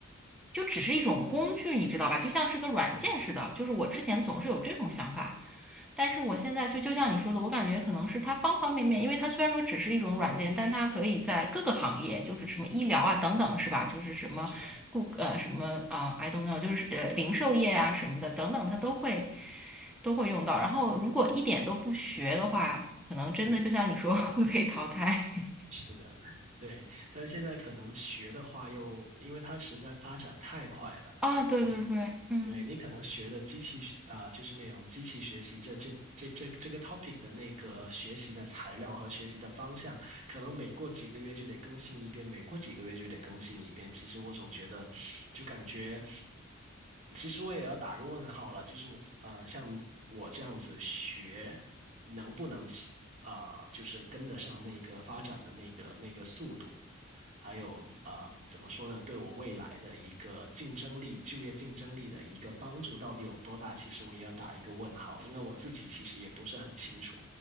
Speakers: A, in the centre; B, on the right.
A: 就只是一种工具，你知道吧？就像是个软件似的。
B: 对，
A: 就是我之前总是有这种想法，但是我现在就就像你说的，我感觉可能是它方方面面，因为它虽然说只是一种软件，但它可以在各个行业，就是什么医疗啊等等，是吧？就是什么顾呃什么啊、
B: 是的，
A: i don't know，就是呃零售业啊什么的等等，
B: 嗯
A: 它都会都会用到。然后如果一点都不学的话，可能真的就像你说
B: 嗯，
A: <laughs> 会被淘汰。<laughs>
B: 是的，对。但是现在可能学的话又，因为它实在发展太快了，
A: 哦，对对对，
B: 就
A: 嗯。
B: 对你可能学的机器学啊、就是那种机器学习这这这这这个 topic 的那个学习的材料和学习的方向，可能每过几个月就得更新一遍，每过几个月就得更新一遍。其实我总觉得，就感觉，其实我也要打个问号了，就是我啊、呃像我这样子学，能不能啊、就是跟得上那个发展的那个那个速度？还有啊、呃怎么说呢？对我未来的一个竞争力、就业竞争力的一个帮助到底有多大？其实我也要打一个问号，因为我自己其实也不是很清楚。